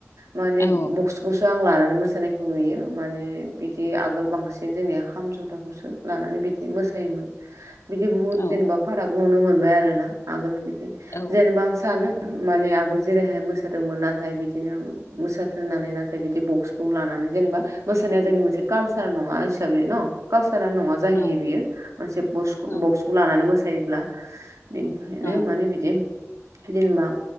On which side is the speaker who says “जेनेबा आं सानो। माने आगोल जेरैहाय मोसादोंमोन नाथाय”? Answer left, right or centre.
Right